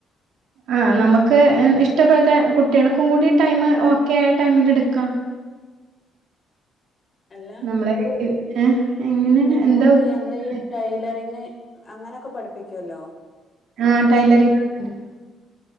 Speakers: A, on the right (about 80°); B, on the left (about 35°).
A: ആ നമുക്ക് ഇഷ്ടപ്പെട്ട കുട്ടികൾക്കും കൂടി ടൈമ് ഓക്കെ ആയ ടൈമില് എടുക്കാ
B: എല്ലാ
A: നമ്മളെ <unintelligible> ഏഹ് എങ്ങനെയാണ്
B: ഞമ്മക്ക്
A: എന്താ ഉദ്ദേശിക്കുന്നത്?
B: ഞമ്മള ഈ ടൈലറിങ് അങ്ങനെക്കെ പഠിപ്പിക്കുല്ലോ
A: ആഹ് ടൈലറി <unintelligible>